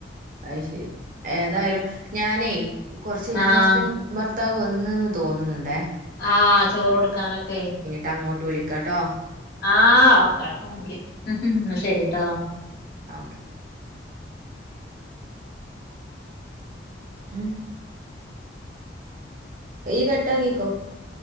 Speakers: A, on the right (about 50°); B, on the left (about 60°).
A: അയ്ശെരി ഏതായാലും ഞാനേ കൊർച്ച് കഴിഞ്ഞിട്ട്
B: ആഹ്
A: ഹസ്ബൻ ഭർത്താവ് വന്ന്ന്ന് തോന്നുന്നുണ്ടേ
B: ആഹ് ചോറോട്ക്കാനൊക്കെയ്
A: ട്ടങ്ങോട്ട് വിളിക്കാട്ടോ
B: ആഹ് ഓക്കെ ട്ടാങ്ക് യു ന്നശെരിട്ടോ
A: ആഹ് ഓക്കെ ഉം ഈ കട്ടാക്കിക്കോ